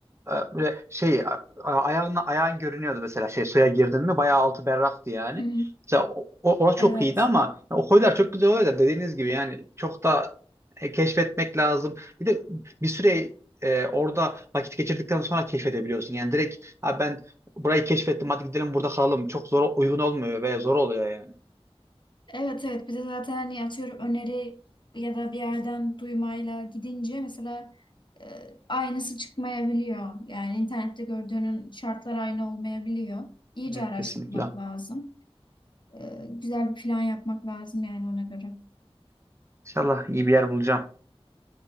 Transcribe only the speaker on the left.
hı.
Evet.
Evet evet. Bir de zaten hani atıyorum öneri ya da bir yerden duymayla gidince mesela e, aynısı çıkmayabiliyor. Yani internette gördüğünün şartlar aynı olmayabiliyor. İyice
araştırmak
lazım. E, güzel bir plan yapmak lazım yani ona göre.